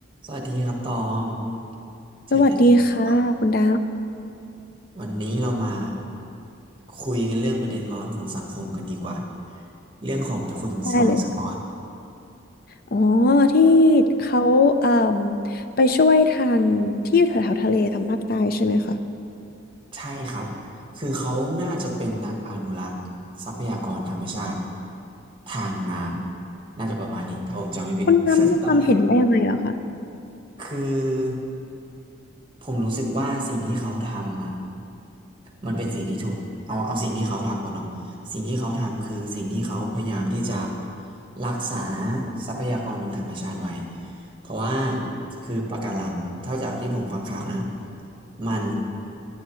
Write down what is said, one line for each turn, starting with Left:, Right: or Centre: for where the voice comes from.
Right: สวัสดีครับตองเจอกันอีกแล้ว
Left: สวัสดีค่ะคุณด
Right: วันนี้เรามาคุยกันเรื่องประเด็นร้อนของสังคมกันดีกว่าเรื่องของคุณทรายสปอต
Left: ำได้เลยค่ะอ๋อที่เขาเอ่มไปช่วยทางที่อยู่แถวๆทะเลทางภาคใต้ใช่ไหมคะ
Right: ใช่ครับคือเขาน่าจะเป็นนักอนุรักษ์ทรัพยากรธรรมชาติทางน้ำน่าจะประมาณนี้ถ้าผมจำไม่ผิด
Left: คุณดำมีความเห็นว่ายังไงเหรอคะ
Right: <laughs> ตำแหน่งคือ ผมรู้สึกว่าสิ่งที่เขาทำอ่ะมันเป็นสิ่งที่ถูกเอาเอาสิ่งที่เขาทำก่อนเนาะสิ่งที่เขาทำคือสิ่งที่เขาพยายามที่จะรักษาทรัพยากรทางธรรมชาติไว้เพราะว่าคือปะการังเท่าจากที่ผมฟังข่าวนะมัน